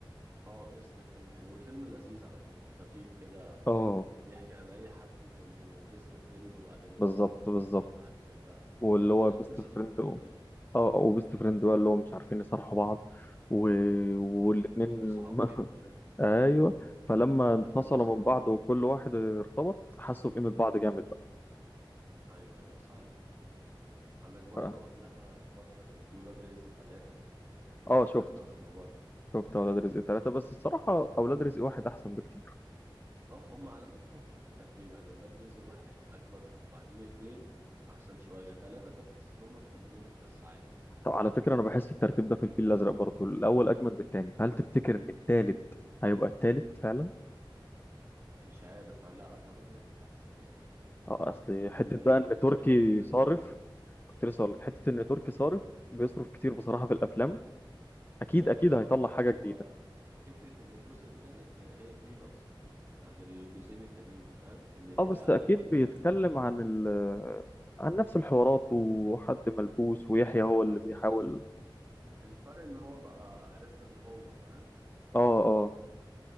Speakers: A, on the right (about 30°); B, on the left (about 25°).
A: اه قصه الفيلم حلوه والفيلم لذيذ على فكره خفيف كده
B: اه
A: بيحكي عن اي حد كانوا بيست فريند وبعدين ارتبطوا
B: بالظبط بالظبط
A: وبتاع عارف انت
B: واللي هو
A: زي
B: بيست
A: قصه
B: فريند
A: حب بتبدا يعني
B: اه وبيست فريند بقى اللي هو مش عارفين يصارحوا بعض و... والاتنين
A: وصحاب
B: <laughs>
A: جدا وبتاع
B: ايوه فلما
A: وعارفين
B: انفصلوا
A: اسرار
B: من بعض
A: بعض
B: وكل
A: وكده
B: واحد ارتبط حسوا بقيمه بعض جامد بقى
A: ايوه ايوه صح عندك برضو
B: ف-
A: قبلها بفتره كان في ولاد رزق ثلاثه كان
B: اه
A: انتاج
B: شفته
A: ضخم برضه
B: شفت اولاد رزق ثلاثة بس الصراحه اولاد رزق واحد احسن بكتير
A: اه هم على فكره ماشيين بترتيب يعني ولاد رزق واحد اجمدهم بعدين اتنين احسن شويه تلاته ده تحس ان هم مكملين القصه عادي
B: طب على فكرة أنا بحس الترتيب ده في الفيل الأزرق برضه الأول أجمد من التاني فهل تفتكر إن التالت هيبقى التالت فعلا؟
A: مش عارف لا اتمنى يبقى احسن يعني
B: أه أصل حتة
A: ان التالت
B: بقى إن تركي
A: هتبقى فكرته
B: صارف
A: جديده
B: كنت لسه أقول لك حتة إن تركي صارف بيصرف كتير بصراحة في الأفلام أكيد
A: سيبك
B: أكيد
A: من الصرف
B: هيطلع حاجة
A: هو
B: جديدة
A: فكره ان الجزء التالت هي جديده اصلا عن الجزئين التانيين فاهم ان طلع
B: أه بس أكيد
A: هو ال...
B: بيتكلم عن ال عن نفس الحوارات وحد ملبوس ويحيى هو اللي
A: بس
B: بيحاول
A: ال... الفرق ان هو بقى عرفنا ان هو فاهم
B: أه أه